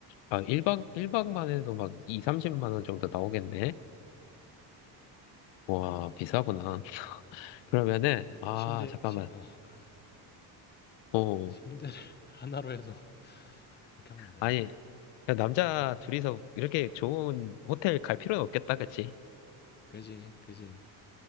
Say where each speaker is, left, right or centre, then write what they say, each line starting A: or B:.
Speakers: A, on the left; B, on the left.
A: 아 1박 일박만 해도 막 2, 30만 원 정도 나오겠네. 와,
B: 아,
A: 비싸구나. 그러면은
B: 어디 뭐
A: 아,
B: 침대,
A: 잠깐만.
B: 침, 어, <laughs>
A: 어.
B: 침대를 <laughs> 하나로 해서 <laughs> 그렇게 하면 안 되나?
A: 아니 그냥 남자
B: 어,
A: 둘이서 이렇게 좋은 호텔 갈 필요는 없겠다. 그치?
B: 그지, 그지,